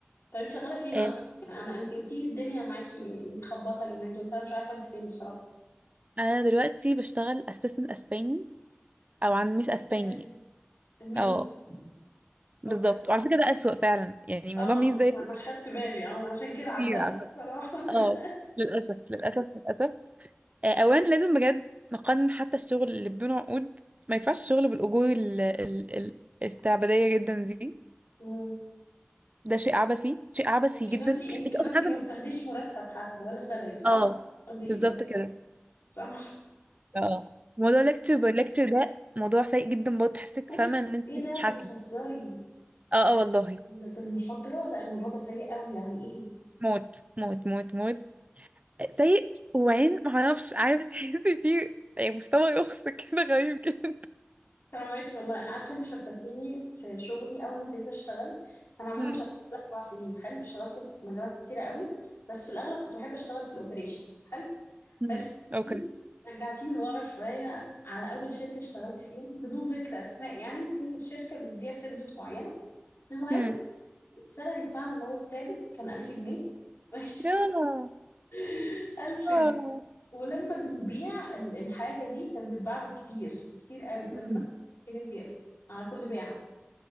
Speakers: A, on the left (about 75°); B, on the right (about 35°).
A: طب انت شغالة فين
B: آه
A: اصلا يعني انا انت قلتي الدنيا معاكي متخبطة اليومين دول فانا مش عارفة انت فين بصراحة
B: انا دلوقتي بشتغل اسيستنت اسباني او عن ميس
A: يا
B: اسباني
A: دماغي ميس
B: اه بالظبط
A: اوكي
B: وعلى فكرة ده اسوأ فعلا يعني
A: اه
B: موضوع ميس ده
A: انا خدت بالي اه عشان كده
B: كتير
A: علقت
B: على فكرة
A: بصراحة
B: اه
A: <laughs>
B: للأسف للأسف للأسف آه، أولا لازم بجد نقنن حتى الشغل اللي بدون عقود ما ينفعش الشغل بالأجور ال- ال- ال- الاستعبادية جدا دي
A: مم.
B: ده شيء عبثي شيء عبثي جدا
A: كده انت انت
B: دي
A: كده
B: أكتر
A: انت
B: حاجة
A: ما بتاخديش مرتب حتى ولا سالري صح؟
B: اه
A: دي
B: بالظبط
A: زكاة
B: كده
A: صح؟
B: اه موضوع ليكتشر باي ليكتشر ده موضوع سيء جدا برضه تحسك
A: اوف
B: فاهمة إن أنت
A: ايه
B: بتتحكم
A: ده بتهزري
B: اه
A: بتحسي
B: اه والله
A: بال- بالمحاضرة لا الموضوع ده سيء قوي يعني ايه
B: موت موت موت موت سيء وبعدين معرفش عارفة تحسي فيه يعني مستوى يخص كده غريب جدا
A: فاهمك والله عارفة انت فكرتيني في شغلي اول ما ابتديت اشتغل انا عموما
B: مم.
A: شغلت اربع سنين حلو اشتغلت في مجالات كتيرة قوي بس في الاغلب كنت بحب اشتغل في الاوبريشن حلو
B: مم.
A: فانت
B: اوكي
A: رجعتيني لورا شوية على اول شركة اشتغلت فيها بدون ذكر اسماء يعني هي كانت شركة بتبيع سيرفيس معينة المهم
B: امم
A: السالري بتاعنا اللي هو الثابت كان 1000 جنيه ماشي
B: ياه
A: <laughs> 1000
B: آه.
A: جنيه ولما بنبيع ال- الحاجة دي كانت بتتباع بكتير كتير قوي كنا
B: مم.
A: بناخد جنيه زيادة على كل بيعة